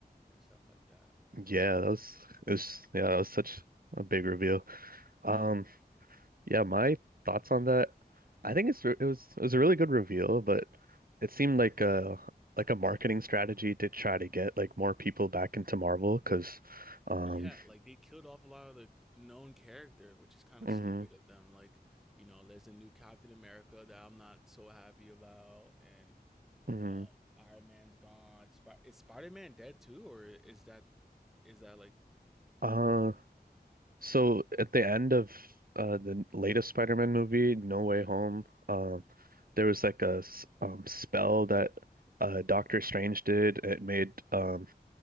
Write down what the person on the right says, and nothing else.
Yeah, that was it was yeah, that was such a big reveal. Um,
Yeah, my thoughts on that. I think it's re- it was it was a really good reveal, but it seemed like a like a marketing strategy to try to get like more people back into Marvel because um
mhm,
mhm.
uh so at the end of uh the latest Spider-Man movie, No
Way Home, um there was like a s- um spell that uh Doctor Strange did. It made um